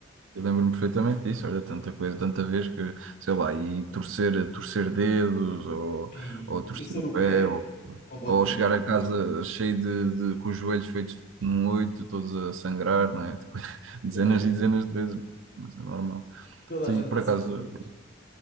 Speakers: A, on the right (about 90°); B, on the left (about 55°).
A: Eu lembro-me perfeitamente disso, olha, tanta coisa, tanta vez que, sei lá, e torcer, torcer dedos, ou,
B: E
A: ou torcer
B: torcer
A: o
B: o
A: pé,
B: pé,
A: ou,
B: completamente.
A: ou chegar a casa cheio de, de- com os joelhos feitos num oito, todos a sangrar, não é? <laughs> Dezenas
B: Yeah, yeah.
A: e dezenas de vezes, mas é normal.
B: Toda
A: Sim,
B: a gente
A: por
B: passa
A: acaso,
B: por elas.